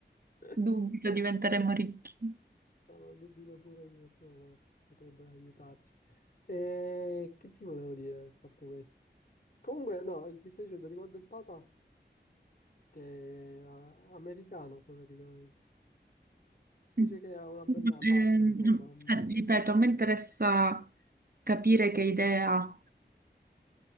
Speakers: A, on the left; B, on the right.
A: <laughs>
B: Dubito diventeremo ricchi.
A: Allora, dubito pure io, però vabbè, potrebbero aiutarci. E che ti volevo dire, a parte questo? Comunque, no, ti stai dicendo riguardo il Papa, che è ah, americano poi, praticamente. Dice
B: Mm.
A: che ha una bella
B: Ehm,
A: faccia, insomma. un-
B: eh, ripeto, a me interessa capire che idea